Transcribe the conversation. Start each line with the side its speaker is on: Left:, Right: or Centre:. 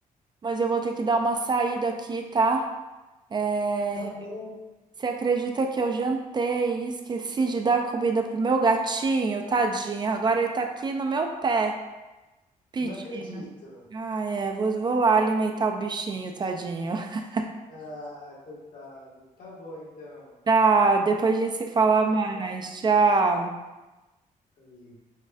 Right: mas eu vou ter que dar uma saída aqui, tá? É,
Left: Tá bom,
Right: Você acredita que eu jantei e esqueci de dar comida pro meu gatinho, tadinho? Agora ele tá aqui no meu pé pedindo.
Left: não acredito.
Right: Ah, é, vou, vou lá alimentar o bichinho, tadinho. <laughs>
Left: Ah, coitado. Tá bom então.
Right: Tá, depois a gente se fala
Left: Tchau,
Right: mais.
Left: amiga.
Right: Tchau.
Left: Amiga.